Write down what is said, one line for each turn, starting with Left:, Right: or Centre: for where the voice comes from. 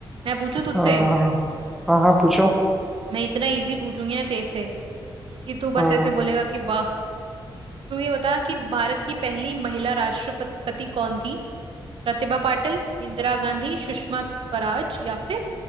Right: मैं पूछू तुझसे
Centre: हाँ हाँ, हाँ, पूछो
Right: मैं इतना इजी पूछूंगी ना तेरे से कि तू बस
Centre: हाँ
Right: ऐसे बोलेगा कि वाह तू ये बता कि भारत की पहली महिला राष्ट्रपति कौन थी प्रतिभा पाटिल इंदिरा गांधी सुषमा स्वराज या फिर